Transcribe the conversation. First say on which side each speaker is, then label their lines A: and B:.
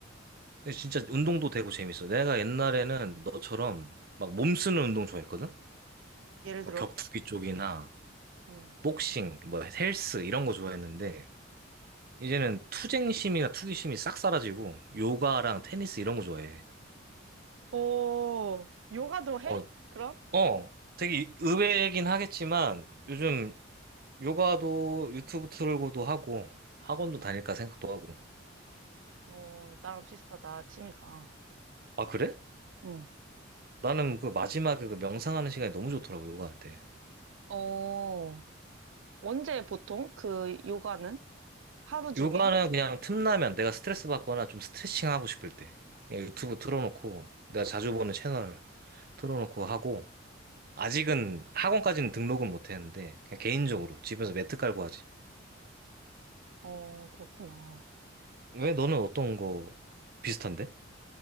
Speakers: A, on the right; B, on the right.
A: 근데 진짜 운동도 되고 재밌어. 내가 옛날에는 너처럼 막 몸쓰는 운동 좋아했거든?
B: 예를
A: 뭐
B: 들어.
A: 격투기 쪽이나
B: 음.
A: 복싱, 뭐 헬스 이런 거 좋아했는데 이제는 투쟁심이나 투기심이 싹 사라지고 요가랑 테니스 이런 거 좋아해.
B: 오, 요가도 해?
A: 어,
B: 그럼?
A: 어, 되게 의외이긴 하겠지만 요즘 요가도 유튜브 틀고도 하고 학원도 다닐까 생각도 하고.
B: 어, 나랑 비슷하다, 취미가.
A: 아, 그래?
B: 응.
A: 나는 그 마지막에 그 명상하는 시간이 너무 좋더라고, 요가할 때.
B: 어, 언제 보통 그 요가는? 하루 중에?
A: 요가는 그냥 틈나면 내가 스트레스 받거나 좀 스트레칭 하고 싶을 때 그냥 유튜브 틀어놓고 내가 자주 보는 채널 틀어놓고 하고 아직은 학원까지는 등록은 못 했는데 그냥 개인적으로 집에서 매트 깔고 하지.
B: 어, 그렇구나.
A: 왜 너는 어떤 거 비슷한데?